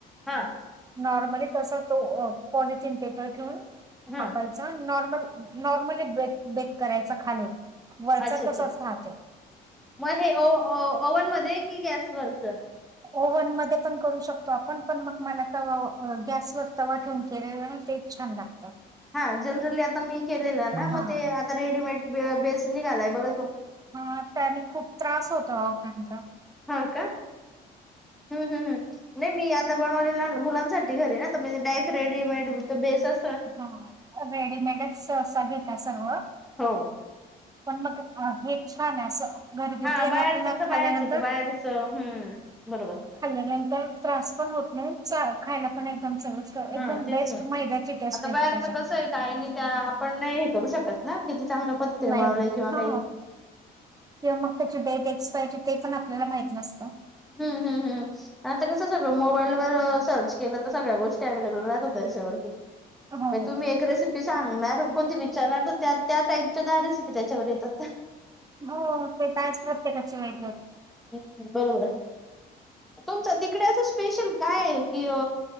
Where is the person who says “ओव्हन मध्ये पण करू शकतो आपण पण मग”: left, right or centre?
Right